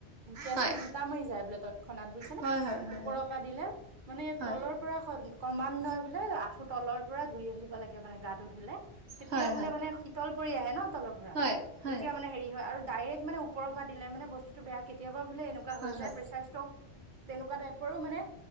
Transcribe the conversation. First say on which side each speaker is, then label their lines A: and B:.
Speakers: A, on the right (about 50°); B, on the right (about 70°).
A: তেজটো
B: হয়
A: গোটা মাৰি যায় বোলে তৎক্ষণাত বুজিছ নে
B: হয় হয় হয় হয়
A: ওপৰৰ পৰা দিলে মানে
B: হয়
A: তলৰ পৰা খলি ক্ৰমান্বয় বোলে আঁঠু তলৰ পৰা ধুই আহিব লাগে মানে গাটো ধুলে তেতিয়া
B: হয় হয়
A: বোলে
B: হয়
A: মানে শীতল পৰি আহে ন তলৰ পৰা
B: হয় হয়
A: তেতিয়া মানে হেৰি হয় আৰু ডাইৰেক্ট মানে ওৰৰ পৰা দিলোনে বস্তুতটো বেয়া কেতিয়াবা বোলে এনেকোৱা
B: হয়
A: হইজাই
B: হয়
A: পেচাৰইচটক্ট উপ মানে